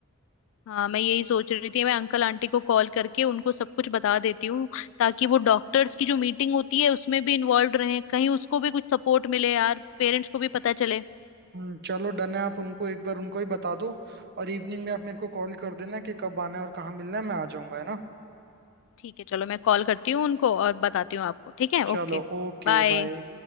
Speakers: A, on the left; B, on the right.
A: हाँ मैं यही सोच रही थी मैं अंकल आंटी को कॉल करके उनको सब कुछ बता देती हूँ ताकि वो डॉक्टर्स की जो मीटिंग होती है उसमें भी इन्वॉल्व रहे कहीं उसको भी कुछ सपोर्ट मिले यार पेरेंट्स को भी पता चले
B: हम्म, चलो डन है आप उनको एक बार उनको ही बता दो और इवनिंग में आप मेरे को कॉल कर देना कि कब आना है और कहाँ मिलना है मैं आ जाऊंगा है ना
A: ठीक है चलो मैं कॉल करती हूँ उनको और बताती हूँ आपको ठीक है
B: चलो
A: ओके
B: ओके
A: बाय
B: बाय